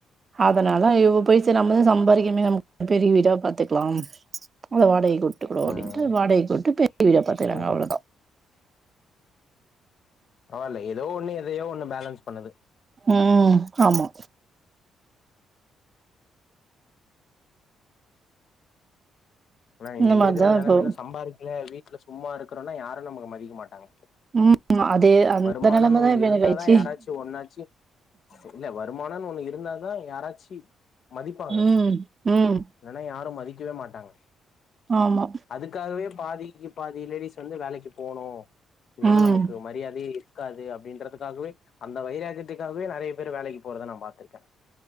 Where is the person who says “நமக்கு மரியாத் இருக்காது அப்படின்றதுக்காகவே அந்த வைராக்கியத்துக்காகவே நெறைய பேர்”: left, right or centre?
Left